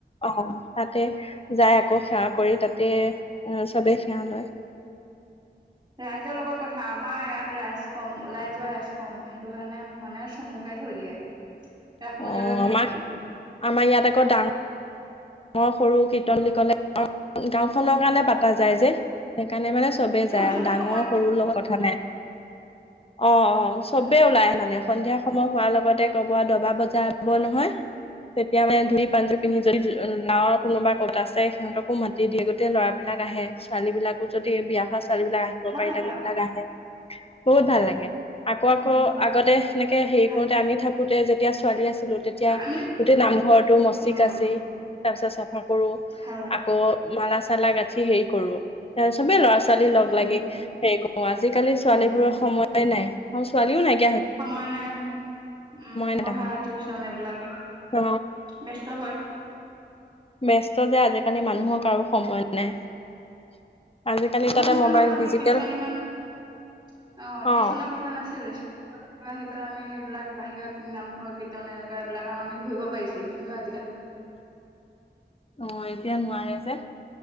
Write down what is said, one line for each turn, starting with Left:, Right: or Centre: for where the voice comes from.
Left: অ'। তাতে যায় আকৌ সেৱা কৰি তাতে চবে সেৱা লয়।
Right: ৰাইজৰ লগত কথা আমাৰ ইয়াতে ৰাইজ কম, ওলাই যোৱা ৰাইজ কম, সেইটো কাৰণে মানে চমুকে থৈ দিয়ে। ৰাস মন্দিৰলৈ
Left: অ',
Right: নিনিয়ে
Left: আমাক আমাৰ ইয়াত আকৌ ডাঙ মোৰ সৰু কীৰ্তন বুলি ক'লে গাঁওখনৰ
Right: উম
Left: কাৰণে পাত তা যায় যে। সেইকাৰণে মানে চবে যায়
Right: অ চবে
Left: আৰু ডাঙৰ
Right: সময়
Left: সৰু লগত কথা নাই। অ' অ' চবে
Right: উম
Left: ওলাই মানে সন্ধিয়া? সময় হোৱাৰ লগতে কম দবা বজাব নহয় তেতিয়া মানে ধূপ পে পিনি
Right: উম
Left: <unintelligible> গাঁওৰ কোনোবা ক'ত আছে সিহঁতকো মাতি দিয়ে। গোটেই ল'ৰাবিলাক আহে ছোৱালী বিলাকো যদি বিয়া সাজ ছোৱালী বিলাক আহিব
Right: ভাল
Left: পাৰে
Right: লাগে
Left: তাক সেইবিলাক
Right: আকৌ
Left: আহে। বহুত ভাল লাগে। আকৌ
Right: উম
Left: আকৌ আগতে এনেকে হেৰি
Right: ভাল
Left: কৰোঁতে আমি থাকো আগতে যেতিয়া ছোৱালী আছ আছিলো তেতিয়া
Right: আমি
Left: গোটেই নামঘৰটো মচি
Right: উম
Left: কাচি তাৰপিছত চাফা কৰো
Right: ভাল লাগে
Left: আকৌ মালা মালা গাঠি হেৰি কৰো তাৰ পিছত চবেই ল'ৰা। ছোৱালী লগ
Right: উম
Left: লাগি হেৰি কৰোঁ আজিকালি ছোৱালীবোৰৰ
Right: উম
Left: সময়ে নাই। অঁ ছোৱালীও নাইকীয়া।
Right: সময় নাই উম
Left: নাই
Right: পঢ়া
Left: তাহাঁতৰ
Right: টিউচন এইবিলাকত
Left: অ
Right: ব্যস্ত হৈ।
Left: মেষ্ট দে আজায় সেইকাৰণে মানুহক
Right: উম
Left: কাৰো সময় নাই। <inaudible>
Right: আমাৰ
Left: তাতে
Right: দিনত
Left: মোবাইল
Right: আকৌ আমি
Left: ডিজিটেল
Right: টিউচন ইমান অ, টিউচনৰ
Left: অ
Right: কথা নাছিলো স্কুল আহি পেলাই আমি বিলাক বাহিৰত নামঘৰ কীৰ্তন এনেকুৱা এইবিলাক আৰু আমি ঘূৰি পাৰিছিলো কিন্তু, আজি
Left: অঁ এতিয়া নোৱাৰে যে,